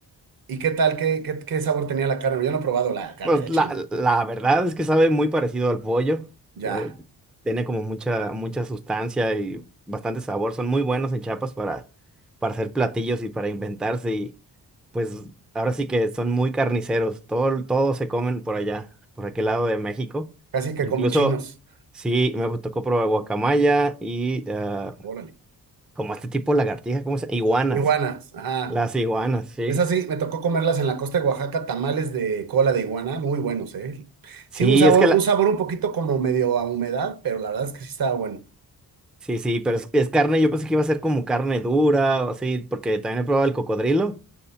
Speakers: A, on the right; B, in the centre.
A: ¿Y qué tal? ¿Qué, qué, qué sabor tenía la carne? Yo no he probado la carne
B: Pues
A: de
B: la,
A: chango.
B: la verdad es que sabe muy parecido al pollo.
A: Ya,
B: La- tiene como mucha, mucha sustancia y bastante sabor. Son muy buenos en Chiapas para, para hacer platillos y para inventarse. Y pues ahora sí que son muy carniceros. Todo, todo se comen por allá, por aquel lado de México.
A: casi que
B: Incluso,
A: como chinos.
B: sí, me tocó probar guacamaya y ah,
A: Órale.
B: como este tipo de lagartija, ¿cómo se Iguanas.
A: Iguanas, ajá.
B: Las iguanas, sí.
A: Esas sí, me tocó comerlas en la costa de Oaxaca, tamales de cola de iguana, muy buenos, ¿eh?
B: Sí,
A: Sí, un sabor,
B: es que
A: un
B: la-
A: sabor un poquito como medio a humedad, pero la verdad es que sí estaba bueno.
B: Sí, sí, pero es, es carne, yo pensé que iba a ser como carne dura o así, porque también he probado el cocodrilo